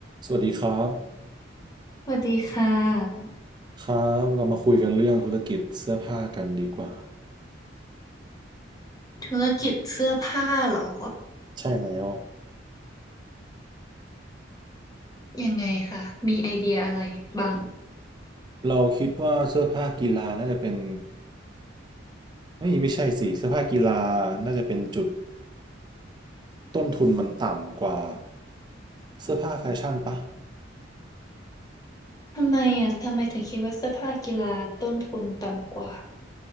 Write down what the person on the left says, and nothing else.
สวัสดีค่ะ
ธุรกิจเสื้อผ้าเหรอ
ยังไงคะมีไอเดียอะไรบ้าง
ทำไมอ่ะทำไมถึงคิดว่าเสื้อผ้ากีฬาต้นทุนต่ำกว่า